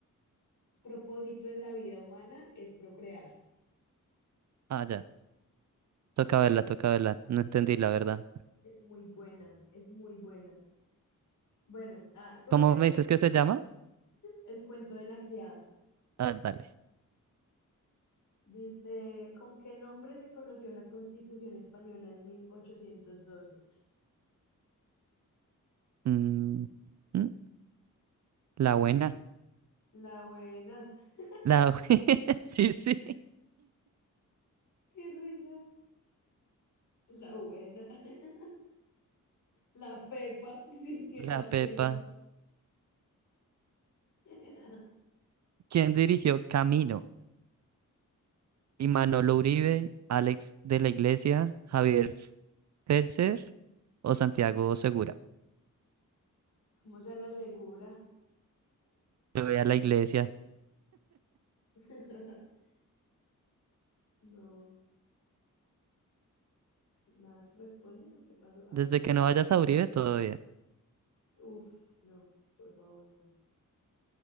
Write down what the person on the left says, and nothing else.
propósito en la vida humana es procrear.
En-
Uf,
es muy buena, es muy buena. Bueno, ah, ¿con
qué nombre?
El cuento de la criada.
Dice, ¿con qué nombre se conoció la Constitución Española en 1812?
La buena. <laughs>
Qué risa. La buena. <laughs> La Pepa, <laughs> dice que
la
Pepa. <laughs>
Vamos a la segura.
<laughs> <laughs> No, nada que responden o qué pasó.
Ah, sí,
fal-
Uf, no, por favor, no.